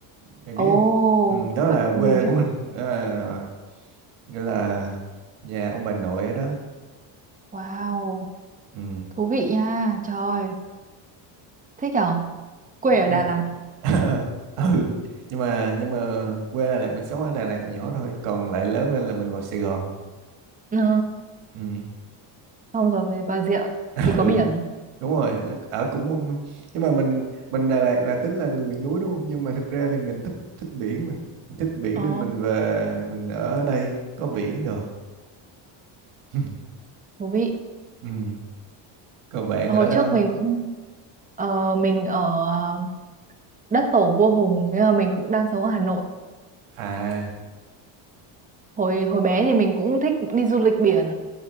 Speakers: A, on the right (about 85°); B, on the right (about 15°).
A: bạn
B: Ồ,
A: biết không ừ, đó
B: bạn
A: là
B: mình
A: quê
B: biết.
A: của mình <laughs> à, nghĩa là nhà ông bà nội ở đó
B: Wow.
A: ừ.
B: thú vị nha trời thích nhở quê
A: Ừ.
B: ở Đà Lạt
A: <laughs> ừ nhưng mà nhưng mà quê Đà Lạt mình sống ở Đà Lạt hồi nhỏ thôi còn lại lớn lên là mình vào Sài Gòn
B: ừ.
A: ừ.
B: xong rồi về Bà Rịa
A: <laughs>
B: vì có
A: ừ
B: biển
A: đúng rồi nó- ở cũng mông- nhưng mà mình mình Đà Lạt là tính là người miền núi đúng không nhưng mà thực ra thì mình thích thích biển mà mình thích biển
B: ồ
A: nên mình về mình ở đây có biển được <laughs>
B: thú vị
A: ừ. còn bạn
B: hồi
A: ở đâu
B: trước mình cũng ờ, mình ở ờ, đất tổ Vua Hùng nhưng mà mình cũng đang sống ở Hà Nội
A: à
B: hồi hồi bé thì mình cũng thích đi du lịch biển